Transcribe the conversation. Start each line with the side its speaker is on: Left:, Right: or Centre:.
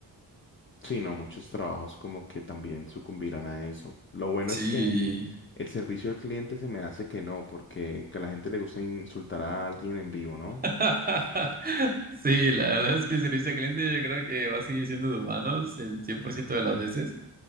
Left: Sí, no, muchos trabajos como que también sucumbirán a eso. Lo bueno
Right: Sí.
Left: es que el servicio al cliente se me hace que no, porque que a la gente le gusta insultar a alguien en vivo, ¿no?
Right: <laughs> Sí, la verdad es que el servicio al cliente yo creo que va a seguir siendo de humanos el 100% de las veces.